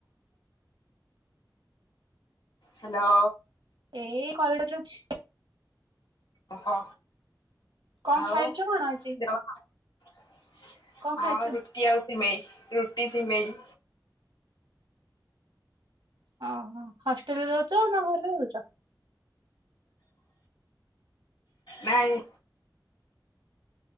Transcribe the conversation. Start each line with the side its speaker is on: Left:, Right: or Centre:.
Left: ହ୍ୟାଲୋ।
Right: ଏଇ କୈଡରେ ଅଛି।
Left: ଓହୋ
Right: କଣ
Left: ଆଉ
Right: ଖାଇଛ କଣ ଆଜି
Left: <unintelligible>
Right: କଣ
Left: ହଁ
Right: ଖାଇଛ?
Left: ରୁଟିି ଆଉ ସିମେଇ ରୁଟି ସିମେଇ।
Right: ଓହୋ ହଷ୍ଟେଲ ରେ ରହୁଚ ନା ଘରେ ରହୁଚ?
Left: ନାଇଁ